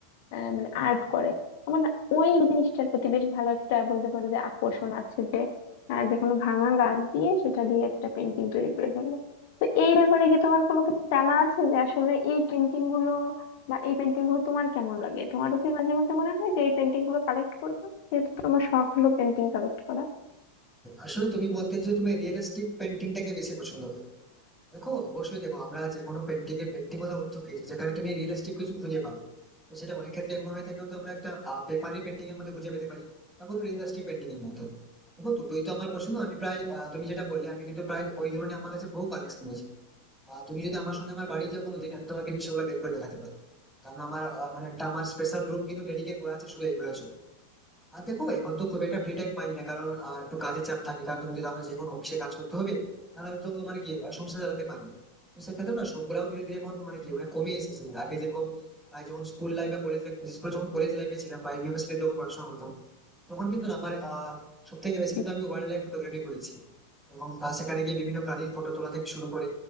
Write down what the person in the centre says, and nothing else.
আসলে তুমি বলতে যে তুমি রিয়েলিস্টিক পেন্টিংটাকে বেশি পছন্দ করো দেখো অবশ্যই দেখো আমরা যে কোনো পেন্টিং এর পেন্টিং কোথাও অর্থ পেয়েছি যেখানে তুমি রিয়েলিস্টিক কিছু খুঁজে পাবে তো সেটা অনেক ক্ষেত্রে এমন হয়ে থাকে হয়তো আমরা একটা পেপারি পেন্টিং এর মধ্যে খুঁজে পেতে পারি বা কোনো রিয়েলিস্টিক পেন্টিং এর মধ্যে দেখো দুটোই তো আমার পছন্দ আমি প্রায় আহ, তুমি যেটা বললে আমি কিন্তু প্রায় ওই ধরনের আমার কাছে বহু কালেকশন রয়েছে আহ, তুমি যদি আমার সঙ্গে আমার বাড়ি যাও কোনোদিন আমি তোমাকে কিন্তু সেগুলো বের করে দেখাতে পারি কারণ আমার আহ, মানে একটা আমার স্পেশাল রুম কিন্তু ডেডিকেট করা আছে শুধু এইগুলোর জন্য আর দেখো এখন তো খুব একটা ফ্রি টাইম পাই না কারণ আহ, একটু কাজের চাপ থাকে কারণ তুমি যদি আমার যে কোনো অফিসে কাজ করতে হবে তাহলে তো মানে কি আহ, সংসার চালাতে পারো না। তো সেক্ষেত্রে না সবগুলাও ধীরে ধীরে এখন মানে কি মানে কমে এসেছে আগে যেরকম আহ, যখন স্কুল লাইফ বা কলেজ লাইফ যখন কলেজ লাইফে ছিলাম বা ইউনিভার্সিটি যখন পড়াশোনা করতাম তখন কিন্তু না আমার আহ সব থেকে বেশি কিন্তু
আমি ওয়াইল্ড লাইফ ফটোগ্রাফি করেছি এবং আহ, সেখানে গিয়ে বিভিন্ন প্রাণীর ফটো তোলা থেকে শুরু করে